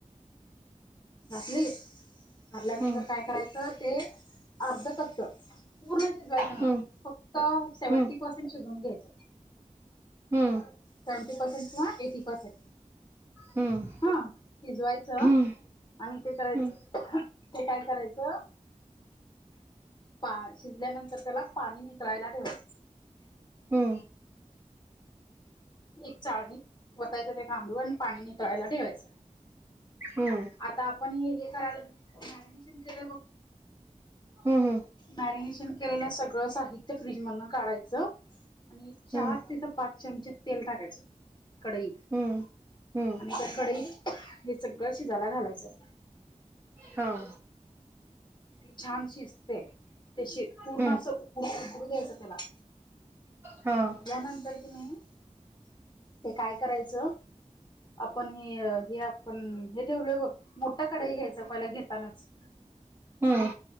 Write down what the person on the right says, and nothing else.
हम्म हम्म
हम्म
हम्म
हम्म
हम्म
हं,
हं,
हं,
हं,
हं,
हं,
हं, हं,
हो.
हं,
हां,
हं,